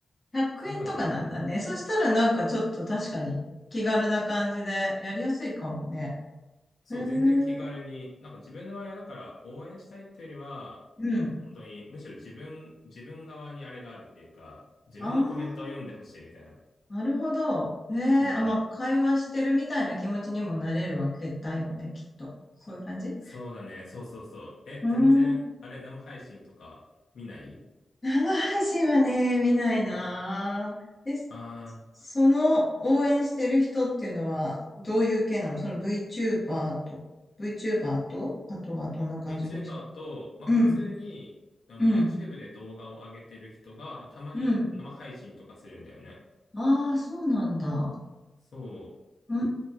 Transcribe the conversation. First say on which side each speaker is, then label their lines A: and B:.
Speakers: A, on the left; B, on the left.
A: 100円とかなんだね。
B: そうだね。
A: そしたらなんかちょっと確かに気軽な感じでやりやすいかもね。
B: そう、
A: へえ、う
B: 全然気軽に、なんか自分の場合はだから応援したいっていうよりは、
A: ん。
B: 本当にむしろ自分、自分側にあれがあるっていうか、自分のコメントを読んでほしいみたいな。
A: ああ、なるほど。へえ、
B: うん。
A: あ、まあ、会話してるみたいな気持ちにもなれるわけだよね、きっと。そういう感じう
B: そうだね。そうそうそう。え、
A: ーん。
B: 全然、あれ、生配信とか見ない
A: 生配信はね、見ないなー。え、
B: ああ
A: その応援してる人っていうのはどういう系なのその VTuber と、VTuber と、あとはどんな感じの人
B: ー、VTuber と、まあ普通に、
A: うん、
B: あの、
A: うん、
B: YouTube で動画を上げてる人が、たまに生配信とかするんだよね。
A: うん。ああ、そうなんだ。
B: そ
A: うー